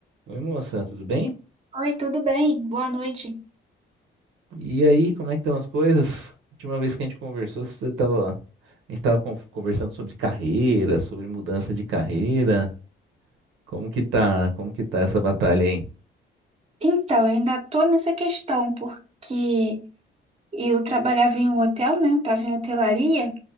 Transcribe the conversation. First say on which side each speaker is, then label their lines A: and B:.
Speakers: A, on the right; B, on the right.
A: Oi, moça, tudo bem?
B: Oi, tudo bem? Boa noite.
A: E aí, como é que estão as coisas? Última vez que a gente conversou, você tava, a gente tava con- conversando sobre carreira, sobre mudança de carreira. Como que tá, como que tá essa batalha aí?
B: Então, eu ainda tô nessa questão, porque eu trabalhava em um hotel, né? Eu tava em hotelaria,